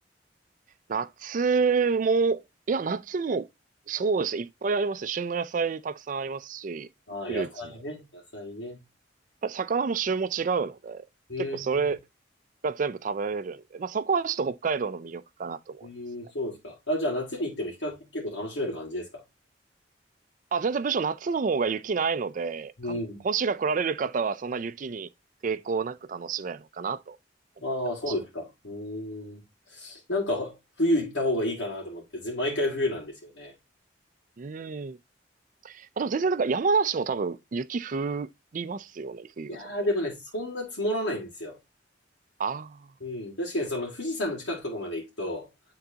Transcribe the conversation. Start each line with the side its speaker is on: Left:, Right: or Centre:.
Right: 夏も、いや、夏も、そうですね、いっぱいありますね。旬の野菜たくさんありますし、
Left: ああ、
Right: フルーツも。
Left: 野菜ね、野菜ね。
Right: 魚も旬も違うので、
Left: うーん、
Right: 結構それが全部食べれるんで、まあそこはちょっと北海道の魅力かなと思いますね。
Left: うーん、そうですか。あ、じゃあ夏に行っても比較的結構楽しめる感じですか
Right: あ、全然むしろ夏の方が雪ないので、
Left: うん。
Right: かん本州が来られる方はそんな雪に抵抗なく楽しめるのかなと思ったりはします。
Left: ああ、そうですか。うーん。なんか冬行った方がいいかなと思って、ぜ毎回冬なんですよね。
Right: うん。あと全然なんか山梨も多分雪降りますよね、冬は全然。
Left: いやー、でもね、そんな積もらないんですよ。
Right: ああ、
Left: うん、確かにその富士山の近くとこまで行くと、